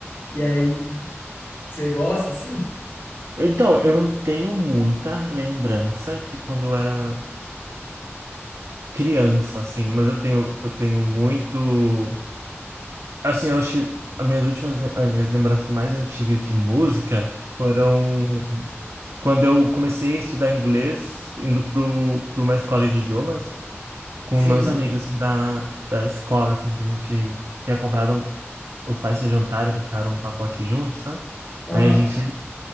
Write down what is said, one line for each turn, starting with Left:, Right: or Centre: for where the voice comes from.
Left: e aí você gosta, assim?
Right: Então, eu não tenho muita lembrança de quando eu era criança, assim, mas eu tenho, eu tenho muito. Assim, eu acho que as minhas últimas, as minhas lembranças mais antigas de música foram quando eu comecei a estudar inglês, indo pro, pro uma escola de idiomas, com
Left: Sim.
Right: meus amigos, assim, da, da escola, assim, que a gente tinha comprado, um- os pais se juntaram, compraram um pacote junto, sabe?
Left: Aham.
Right: Aí a gente